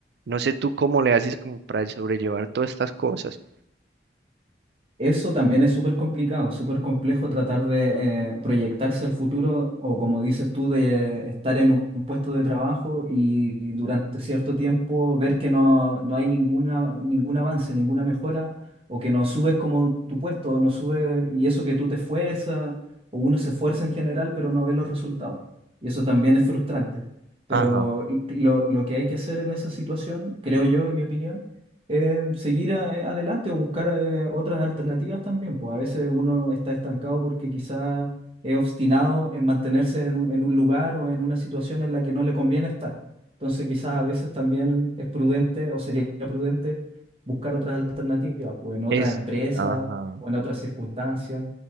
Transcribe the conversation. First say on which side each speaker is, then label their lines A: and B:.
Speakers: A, on the right; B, on the right.
A: No sé tú cómo le haces como para sobrellevar todas estas cosas.
B: Eso también es súper complicado, súper complejo tratar de eh, proyectarse al futuro o como dices tú, de estar en un un puesto de trabajo y, y durante cierto tiempo ver que no, no hay ninguna, ningún avance, ninguna mejora o que no subes como tu puesto, o no sube y eso que tú te esfuerzas o uno se esfuerza en general pero no ve los resultados. Y eso también es frustrante. Pero
A: Ajá,
B: lo, lo que hay que hacer en esa situación, creo yo, en mi opinión, eh, seguir eh, adelante o buscar eh, otras alternativas también, pues a veces uno está estancado porque quizás es obstinado en mantenerse en un, en un lugar o en una situación en la que no le conviene estar. Entonces quizás a veces también es prudente o sería prudente buscar otras alternativas, pues en otras
A: es,
B: empresas
A: ajá,
B: o en otras circunstancias.